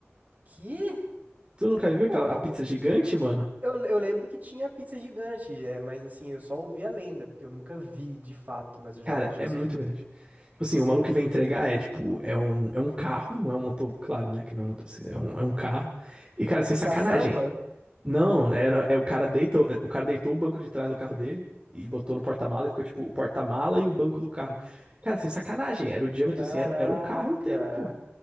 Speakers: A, on the right; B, on the right.
A: Que?
B: Tu nunca viu
A: Pô,
B: aquela
A: qual...
B: a pizza gigante, mano?
A: eu, eu lembro que tinha pizza gigante, é, mas assim, eu só ouvi a lenda, porque eu nunca vi de fato, mas eu já,
B: Cara,
A: eu já...
B: é
A: es-
B: muito grande. Tipo assim, o
A: É.
B: maluco que vem entregar é tipo, é um, é um carro, não é um motor, claro, né, que não é um motor, assim, é um, é um carro. E, cara, sem
A: Com
B: sacanagem,
A: caçamba?
B: Não, era, é o cara deitou o cara deitou o banco de trás do carro dele e botou no porta-mala e ficou tipo o porta-mala e o banco do carro. Cara, assim, sacanagem, era o diâmetro
A: Caraca!
B: assim, era, o- era o carro inteiro, pô.